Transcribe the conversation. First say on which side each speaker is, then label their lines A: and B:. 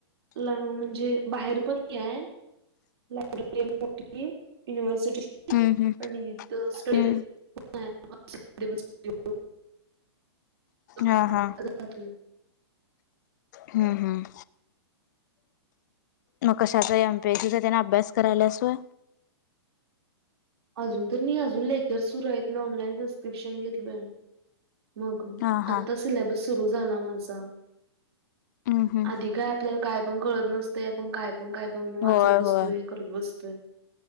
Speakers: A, on the right (about 65°); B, on the left (about 40°).
A: म्हणजे बाहेर पणय हे हाय लायब्ररी मोठी. युनिव्हर्सिटीची
B: हम्म
A: आणि
B: हम्म
A: स्ट
B: हम्म
A: <unintelligible>
B: हा
A: <unintelligible>
B: हा हम्म हम्म मग कशा? एमपीएसीचा त्याना अभ्यास करायला स होय?
A: अजून तर मी अजून लेक्चर सुरू आहेत. मी ऑनलाईन सबस्क्रिप्शन घेतलो. मग
B: हा हा
A: आता सिलेबस सुरू झाला माझा.
B: हम्म हम्म
A: आधी काय आपल्याला काय पण कळत नसतेय, आपण काय पण काय पण वाचत
B: होय
A: बसतोय.
B: होय
A: करत बसतोय